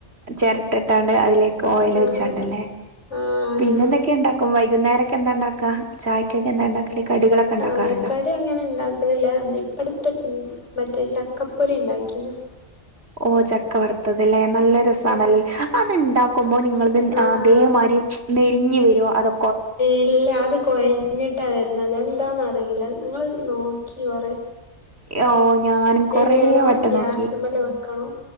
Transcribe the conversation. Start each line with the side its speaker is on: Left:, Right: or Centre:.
Right: ചെരട്ട്ട്ടാണ്ട് അയ്ലേക്ക്. ഓയല്
Left: ആഹ്
Right: ഒയിച്ചാണ്ടെല്ലേ..
Left: ആഹ് അങ്ങനെന്നെ
Right: പിന്നെന്തെക്കെണ്ടാക്കും. വൈകുന്നേരെക്കെ എന്താണ്ടാക്കാ ചായക്കെക്കെ എന്താണ്ടാക്കല് കടികളൊക്കെ
Left: ചായക്കടി
Right: ഇണ്ടാക്കാറുണ്ടോ?
Left: കടി അങ്ങനെണ്ടാക്കലില്ല. ഇപ്പടത്. ഉം മറ്റേ ചക്കപ്പൊരിണ്ടാകീനു
Right: ഓഹ് ചക്ക വറുത്തത് ലേ. നല്ല രസാണല്.
Left: ആഹ്
Right: അത്ണ്ടാ ക്കുമ്പൊ നിങ്ങളിതിന്
Left: ആഹ്
Right: അതേമാരി നെരിഞ്ഞ് വെരോ അതൊ
Left: ഇല്ല അത് കൊഴഞ്ഞിട്ടാ വെരുന്നത് അതെന്താന്നറീല നിങ്ങള് നോ ക്കി കൊറേ
Right: ഏഹ് ഓഹ് ഞാനും കൊറേ
Left: നേരം
Right: വട്ടം
Left: ഗ്യാസ്മ്മല്
Right: നോക്കി.
Left: വെക്കണം